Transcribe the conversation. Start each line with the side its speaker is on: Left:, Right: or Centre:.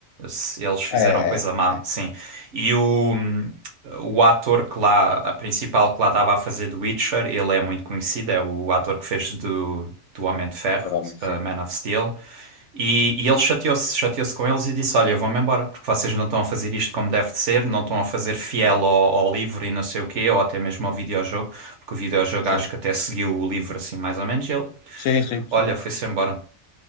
Right: Se- Eles fizeram
Left: é, é,
Right: coisa má,
Left: é,
Right: sim. E o, o ator que lá, a principal que lá estava a fazer do Witcher, ele é muito conhecido, é o ator que fez do, do Homem de Ferro,
Left: para homem, sim,
Right: uh, Man of Steel. E,
Left: sim,
Right: e ele chateou-se, chateou-se com eles e disse: Olha, eu vou-me embora, porque vocês não estão a fazer isto como deve de ser, não estão a fazer fiel
Left: claro,
Right: ao, ao livro e não sei o quê, ou até mesmo ao videojogo, porque o videojogo
Left: sim,
Right: acho que até seguiu o livro assim mais ou menos. E ele,
Left: sim, sim, sim.
Right: olha, foi-se embora.